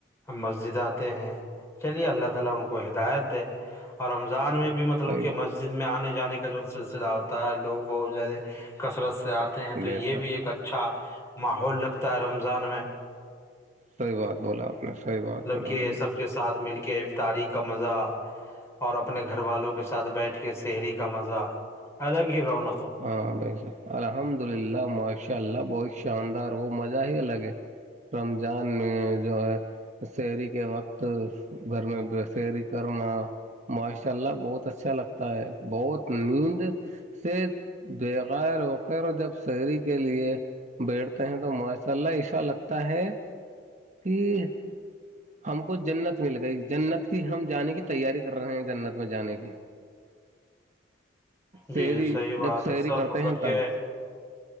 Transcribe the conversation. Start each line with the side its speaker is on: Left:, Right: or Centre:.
Left: مسجدات ہیں چلیے اللہ تعالی ان کو ہدایت دے اور رمضان میں بھی مطلب
Right: صحیح
Left: کہ
Right: بات
Left: مسجد میں آنے جانے کے کا جو سلسلہ ہوتا ہے لوگ بہت زیادہ کثرت سے آتے ہیں تو
Right: بے
Left: یہ
Right: شک
Left: بھی ایک اچھا ماحول لگتا ہے رم رمضان میں
Right: صحی بات بولا آپ نے صحیح بات بولا
Left: کے
Right: حضور
Left: سب کے ساتھ مل کے افطاری کا مزہ اور اپنے گھر گھر والوں کے ساتھ بیٹھ کے شہری کے مزہ الگ ہی رونے
Right: ہاں ب الحمد للہ ماشاء اللہ بہت شاندار وہ مزہ ہی الگ ہے رمضان میں جو ہے اسیہری کے وقت گھر میں شعری کرنا ماشاء اللہ بہت اچھا لگتا ہے بہت نیند سے بغیر وغیر جب اسہری کے لیے بیٹھتے ہیں تو ماشاء اللہ عشا لگتا ہے کھر <unintelligible> ہم کو جنت مل گئی جنت کی ہم جانے کی تیاری کر رہے ہیں جنت میں جانے کی
Left: جی
Right: شہری
Left: جی صحیح بات
Right: جب شہری
Left: ہے سب
Right: کرتے
Left: مطلب
Right: ہیں تب
Left: کہ